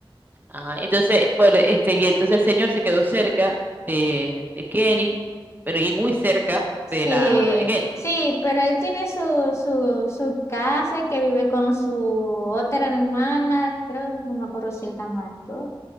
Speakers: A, on the right (about 20°); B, on the left (about 30°).
A: ah, entonces, bueno, este, y entonces el señor se quedó cerca de, de Kenny, pero y muy cerca
B: Sí,
A: de la mamá de Kenny.
B: sí, pero él tiene su, su, su casa y que vive con su otra hermana, creo, no me acuerdo si es la mayor.